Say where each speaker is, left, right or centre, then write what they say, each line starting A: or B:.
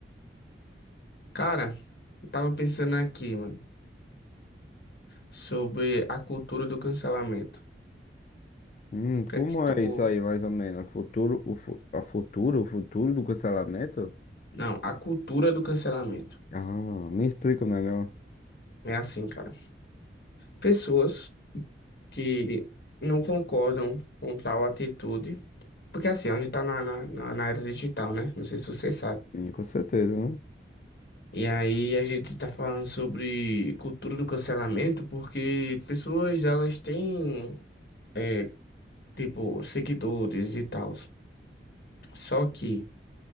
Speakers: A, on the left; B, on the left.
A: Cara, eu tava pensando aqui, mano, sobre a cultura do cancelamento.
B: Hum, como
A: O que é que tu.
B: é isso aí, mais ou menos? A Futuro, o, fu- a futuro, o futuro do cancelamento?
A: Não, a cultura do cancelamento.
B: Ah, me explica melhor.
A: É assim, cara. Pessoas que não concordam com tal atitude. Porque assim, a gente tá na, na, na na era digital, né? Não sei se você sabe.
B: Sim, com certeza, né?
A: E aí a gente tá falando sobre cultura do cancelamento porque pessoas elas têm é, tipo seguidores e tal. Só que